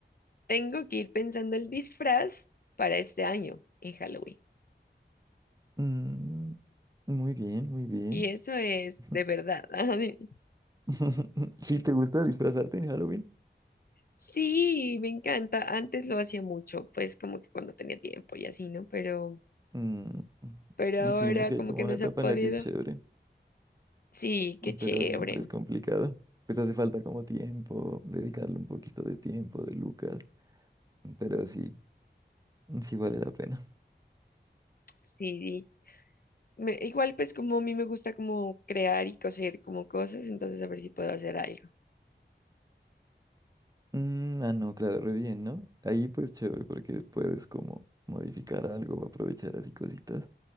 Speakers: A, on the left; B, on the right.
A: tengo que ir pensando el disfraz para este año en Halloween.
B: Mm, muy bien, muy bien.
A: Y eso es
B: <laughs>
A: de verdad. <laughs> ajá, de-
B: <laughs> Si te gusta disfrazarte en Halloween,
A: Sí, me encanta. Antes lo hacía mucho, pues como que cuando tenía tiempo y así, ¿no? Pero,
B: Mm,
A: pero ahora
B: sí, no es que
A: como
B: hay como
A: que
B: una
A: no
B: etapa
A: se ha podido.
B: en la que es chévere,
A: Sí, qué chévere.
B: pero siempre es complicado. Pues hace falta como tiempo, dedicarle un poquito de tiempo, de lucas, pero sí, sí vale la pena.
A: Sí, me- igual pues como a mí me gusta como crear y coser como cosas, entonces a ver si puedo hacer algo.
B: Mm, ah, no, claro, re bien, ¿no? Ahí pues chévere porque puedes como modificar algo, aprovechar así cositas